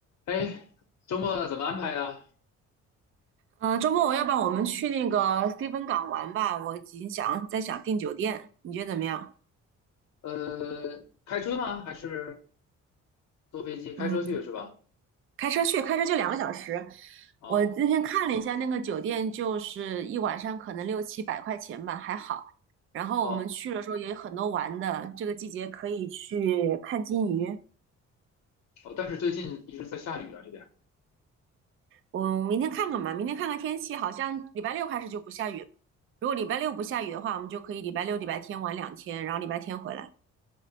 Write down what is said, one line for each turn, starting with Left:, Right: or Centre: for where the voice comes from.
Left: 哎，周末怎么安排呀？
Right: 嗯，周末我要不然我们去那个飞芬港玩吧？我已经想在想订酒店，你觉得怎么样？
Left: 呃，开车吗？还是坐飞机？开车去是吧？
Right: 嗯，开车去，开车就两个小时。
Left: 哦
Right: 我今天看了一下那个酒店，就是一晚上可能六七百块钱吧，还好。然后我们去的时候也有很多玩的，
Left: 哦
Right: 这个季节可以去看金鱼。
Left: 哦，但是最近一直在下雨啊，这边。
Right: 我明天看看吧，明天看看天气，好像礼拜六开始就不下雨了。如果礼拜六不下雨的话，我们就可以礼拜六、礼拜天玩两天，然后礼拜天回来。